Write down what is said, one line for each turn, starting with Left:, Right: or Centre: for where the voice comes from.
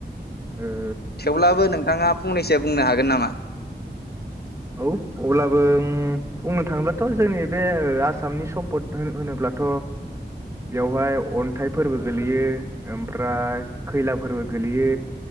Right: ओ
Left: अब्लाबो नोंथाङा फंनैसो बुंनो हागोन नामा?
Right: औ अब्लाबो ओं बुंनो थाङोब्लाथ' जोंनि बे ओ आसामनि सम्पद हो होनोब्लाथ' बेवहाय, अन्थाइ फोरबो गोलैयो ओमफ्राय खैला फोरबो गोलैयो।